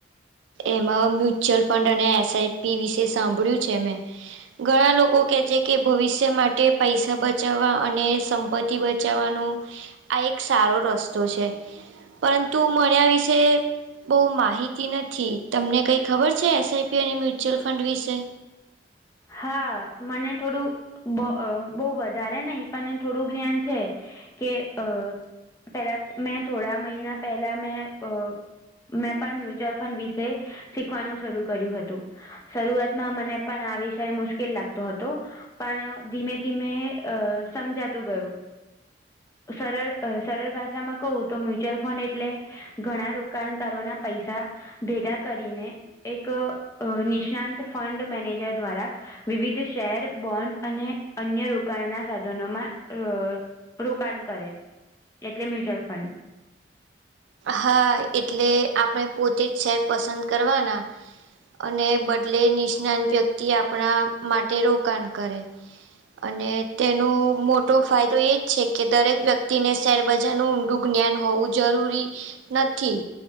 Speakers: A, on the right; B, on the left.
A: એમાં મ્યુચ્યુઅલ ફંડ અને એસઆઈપી વિશે સાંભળ્યું છે મેં. ઘણા લોકો કે છે કે ભવિષ્ય માટે પૈસા બચાવવા અને સંપત્તિ થી બચાવવાનો આ એક સારો રસ્તો છે. પરંતુ મનેઆ વિશે બહુ માહિતી નથી તમને કઈક ખબર છે એસ આઈ પી અને મ્યુચ્યુઅલ ફંડ વિશે
B: હા મને થોડું બ બહું વધારે નઈ પણ થોડું જ્ઞાન છે. કે અ પેલા મેં થોડા મહિના પહેલા મેં અ મેં પણ મ્યુચ્યુઅલ ફંડ વિશે શીખવાનું શરૂ કર્યું હતું. શરૂઆતમાં મને પણ આવી ત્યારે મુશ્કેલ લાગતો હતો પણ ધીમે ધીમે અ સમજાતું ગયું. સરળ સરળ ભાષામાં કહું તો મ્યુચ્યુઅલ ફંડ એટલે ઘણા રોકાણકારો ના પૈસા ભેગા કરીને એક નિષ્ણાંત ફંડ મેનેજર દ્વારા વિવિધ શેર, બોન્ડ અને અન્ય રોકાણના સાધનોમાં રોકાણ કરે એટલે, મ્યુચ્યુઅલ ફંડ
A: હા એટલે આપણે પોતે જ શેર પસંદ કરવાના અને બદલે નિષ્નાાન વ્યક્તિ આપણા માટે રોકાણ કરે અને તેનો મોટો ફાયદો એ જ છે કે દરેક વ્યક્તિને શેરબજારનું ઊંડું જ્ઞાન હોવું જરૂરી નથી